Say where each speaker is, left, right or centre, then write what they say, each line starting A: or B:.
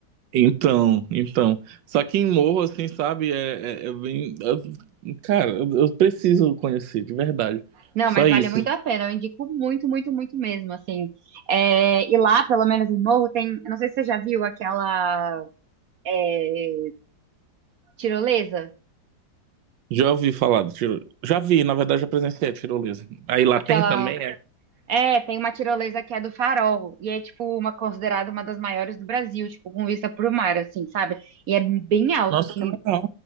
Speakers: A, on the right; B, on the right.
A: então, então. Só que em morro, assim, sabe, é, é, é bem. eu- cara, eu, eu preciso conhecer, de verdade.
B: Não,
A: Só
B: mas
A: isso.
B: vale muito a pena, eu indico muito, muito, muito mesmo, assim. É, e lá, pelo menos em Morro, tem. eu Não sei se você já viu aquela é, tirolesa,
A: Já ouvi falar do tiro. Já vi, na verdade, já presenciei a tirolesa. Aí lá
B: aquela.
A: tem também, é.
B: É, tem uma tirolesa que é do Farol, e é, tipo, uma considerada uma das maiores do Brasil, tipo, com vista pro mar, assim, sabe? E é bem alta,
A: Nossa,
B: assim,
A: que legal.